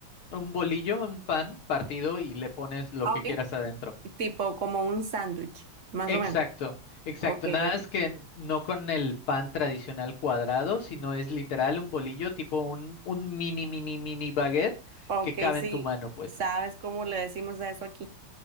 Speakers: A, on the left; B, on the right.
A: Un bolillo, un pan partido y le pones lo
B: Ah,
A: que
B: ok.
A: quieras adentro.
B: tipo como un sándwich, más
A: Exacto,
B: o menos.
A: exacto.
B: Ok,
A: Nada
B: ok.
A: es que no con el pan tradicional cuadrado, sino es literal un bolillo, tipo un, un mini, mini, mini baguette
B: Ok,
A: que cabe
B: sí,
A: en tu mano, pues.
B: ¿sabes cómo le decimos a eso aquí?